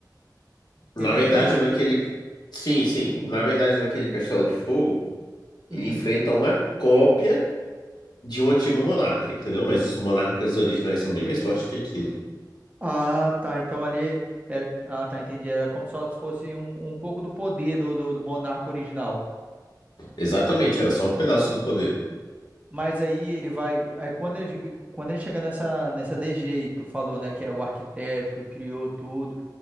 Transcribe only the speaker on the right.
Ele
não enfrenta um,
mon- um,
um
mon-
Uhum.
Ah, tá. Então ali é, é, ah, tá, entendi. Era como se fosse um, um pouco do poder do, do, do monarca original.
Mas aí ele vai. Aí quando ele, quando ele chega nessa, nessa DG aí que tu falou, né? Que é o arquiteto que criou tudo,